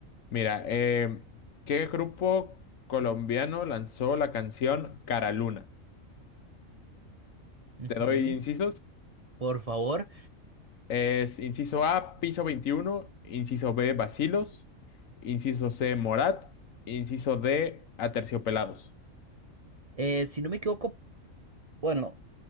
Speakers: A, on the left (about 75°); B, on the right (about 35°).
A: Mira, eh, ¿qué grupo colombiano lanzó la canción Cara Luna?
B: Ujú,
A: Te doy incisos.
B: Por favor.
A: Es inciso A, Piso Veintiuno, inciso B, Bacilos, inciso C, Morat, inciso D, Aterciopelados.
B: Eh, si no me equivoco, bueno. no.